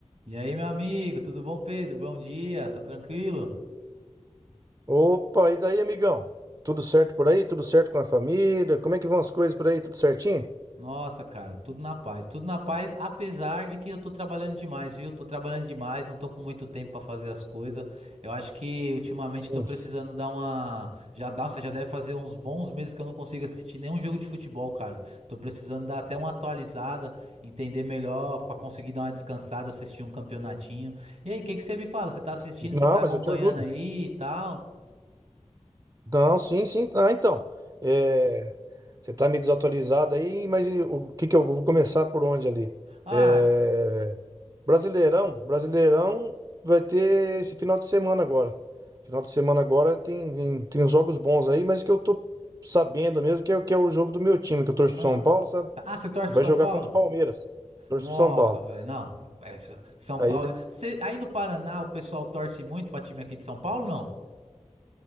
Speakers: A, on the right; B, on the right.
A: E aí, meu amigo, tudo bom, Pedro? Bom dia, tá tranquilo?
B: Opa, e daí, amigão? Tudo certo por aí? Tudo certo com a família? Como é que vão as coisas por aí? Tudo certinho?
A: Nossa, cara, tudo na paz, tudo na paz, apesar de que eu tô trabalhando demais, viu? Tô trabalhando demais, não tô com muito tempo pra fazer as coisas. Eu acho que ultimamente
B: Sim.
A: tô precisando dar uma. Já, nossa, já deve fazer uns bons meses que eu não consigo assistir nenhum jogo de futebol, cara. Tô precisando dar até uma atualizada, entender melhor, pra conseguir dar uma descansada, assistir um campeonatinho. E aí, o que que você me fala? Você tá assistindo,
B: Não,
A: você tá acompanhando
B: mas eu te ajudo.
A: aí e tal?
B: Não, sim, sim. Ah, então. É, você tá meio desatualizado aí, mas e o que que eu vou começar por onde ali?
A: Ah.
B: É, Brasileirão, Brasileirão vai ter esse final de semana agora. Final de semana agora tem, tem, tem uns jogos bons aí, mas que eu tô sabendo mesmo que é, o- que é o jogo do meu time, que eu torço
A: Ah,
B: pro São Paulo, sabe?
A: ah, você torce
B: E
A: pro
B: vai
A: São
B: jogar
A: Paulo?
B: contra o Palmeiras. Torço
A: Nossa,
B: pro São Paulo.
A: velho, não. É, S- São
B: Aí
A: Paulo.
B: ele.
A: Cê- aí no Paraná o pessoal torce muito pra time aqui de São Paulo, não?